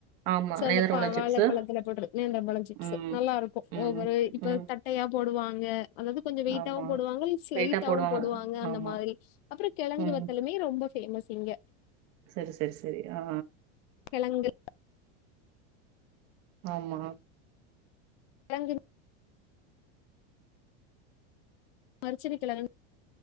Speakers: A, on the right (about 45°); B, on the left (about 60°).
A: ஆமா.
B: செ
A: நேந்திரப்பழ
B: அந்த ப வாழைப்பழத்துல
A: சிப்ஸு.
B: போடறது நேந்தரபழ சிப்ஸ்ஸு
A: ம்.
B: நல்லா இருக்கு
A: ம்.
B: ஒவ்வொரு இப்ப
A: ம்.
B: தட்டையா போடுவான் இங்க அதாவது கொஞ்சோ வெயிட்டாவும்
A: ஆமா.
B: போடுவாங்க ஸ்லைட்டாவும்
A: வெயிட்டா
B: போடுவாங்க அந்த
A: ஆமா.
B: மாரி அப்புறோ கிழங்கு
A: ம்.
B: வத்தலுமே ரொம்ப ஃபேமஸ் இங்க
A: சரி சரி சரி யா
B: கிழங்கு
A: ஆமா
B: வ்லங்கிரு மரிச்சின கிழங்குன்னு